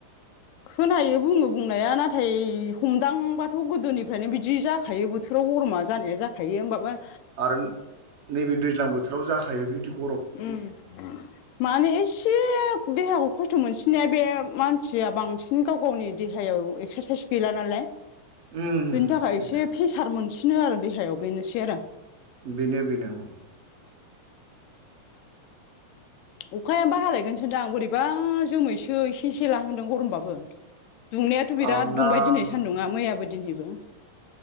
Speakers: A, on the left (about 45°); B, on the right (about 50°).
A: खोनायो बुङो बुंनाया नाथाय हमदांबाथ' गोदोनि। ओमफ्रायनो बिदि जाखायो बोथोराव गरमा जानाया जाखायो होनोमबाबा।
B: आरो नैबे दैज्लां बोथोराव जाखायो बिदिअ।
A: उम। माने एसे देहाखौ खस्थ' मोनसिननाया बे मानसिया बांसिन गाव गावनि देहाया। एस्रासाइस गैला नालाय
B: उम
A: बेनि थाखाय एसे प्रसार। बिसिनो आरो देहायाव बेनोसै आरो।
B: बेनो बेनो औ।
A: अखायबा हालायगोनसोदां बोरैबा जोमैसो एसे एसे लाहांदों गरमबाबो। दुंनायाथ' बिराद
B: आंना
A: दुंबाय दिनै सान्दुंङा मैयाबो दिनैबो